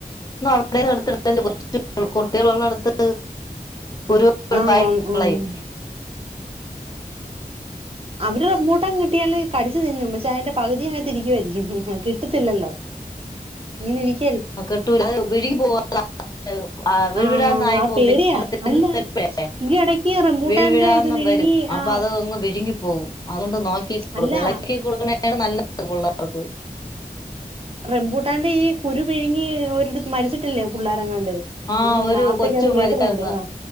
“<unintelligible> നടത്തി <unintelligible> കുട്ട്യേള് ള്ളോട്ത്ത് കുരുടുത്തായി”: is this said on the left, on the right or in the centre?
Left